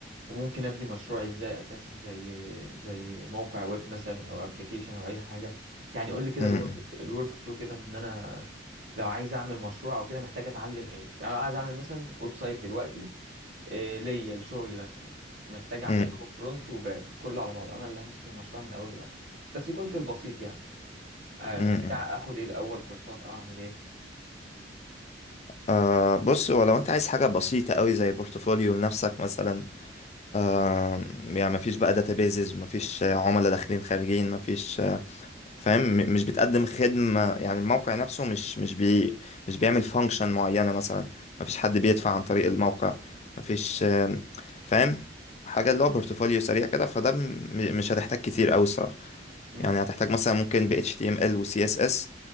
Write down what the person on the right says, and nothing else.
وممكن أبني مشروع إزاي أساسا زي زي موقع ويب مثلا أو أبلكيشن أو أي حاجة يعني قول لي كده
الورك الورك فلو كده إن أنا لو عايز أعمل مشروع أو كده محتاج أتعلم إيه يعني لو عايز أعمل مثلا ويب سايت دلوقتي إيه ليا لشغلي مثلا محتاج اعمله
فرونت وباك كله على بعضه انا اللي همسك المشروع من الاول للاخر بس يكون في البسيط يعني آه
محتاج اخد ايه الاول كورسات او اعمل ايه
امم